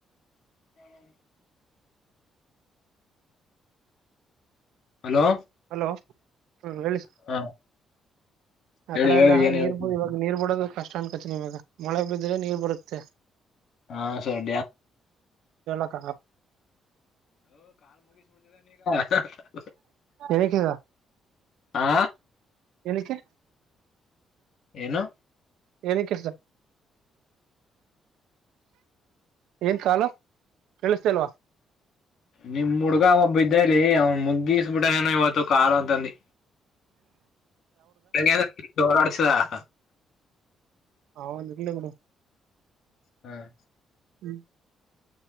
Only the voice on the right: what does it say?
ಹಲೋ ಹ್ಮ್ ಹೇಳಿ ಸರ್
ಆ
ಕಡೆ
ಎಲ್ಲ
ನೀರ್
ಇವಾಗ ನೀರ್ ಬಿಡೋದು ಕಷ್ಟಂಡ್ ಕಚನಿ ಇವಾಗ ಮಳೆ ಬಿದ್ರೆ ನೀರ್ ಬರುತ್ತೆ
ಕೆಳಗಾಗ
ಎನಗೆದಾ
ಏನಿಕೆ
ಏನೇನು ಕೆಲಸ ಏನ್ ಕಾಲು ಕೇಳಿಸತಲ್ವಾ
ಅವನ ಇರ್ಲಿ ಬಿಡು
<inaudible>